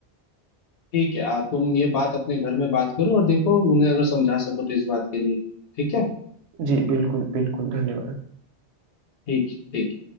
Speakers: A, on the left; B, on the right.
A: ठीक है आ, तुम ये बात अपने घर में बात करो और देखो उन्हें अगर समझा सको तो इस बात के लिए ठीक है
B: जी बिल्कुल बिल्कुल धन्यवाद
A: ठीक ठीक